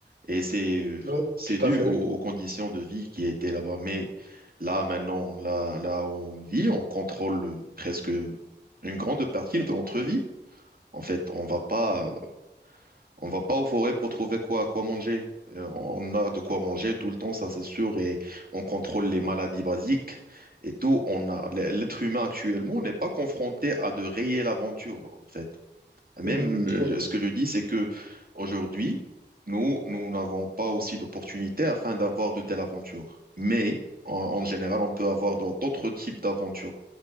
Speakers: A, on the right; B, on the right.
A: Et c'est, euh,
B: oui,
A: c'est
B: tout
A: dû
B: à fait,
A: aux,
B: oui.
A: aux conditions de vie qui étaient là-bas. Mais là, maintenant, là, là où on vit, on contrôle euh, presque une grande partie de notre vie. En fait, on va pas, euh, on va pas aux forêts pour trouver quoi, quoi manger. Euh, On a de quoi manger tout le temps, ça c'est sûr, et on contrôle les maladies basiques et tout. On a, l'être humain actuellement n'est pas confronté à de réelles aventures, en fait. Même,
B: Mhm,
A: euh,
B: oui,
A: ce que je dis, c'est que aujourd'hui, nous, nous n'avons pas aussi d'opportunités afin d'avoir de telles aventures. Mais en, en général, on peut avoir dans d'autres types d'aventures